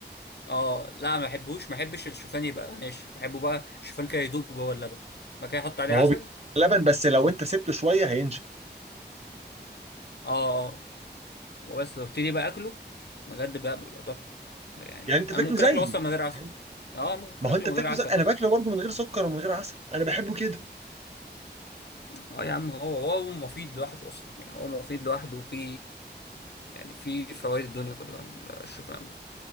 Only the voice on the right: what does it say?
ما
هو بي- لبن بس لو
انت سبته شويه هينشف
يعني انت
بتاكله
زيي
يعني انت-
ما هو
انت
بتاكله
زي انا
باكله برضه من غير سكر ومن غير عسل انا بحبه كده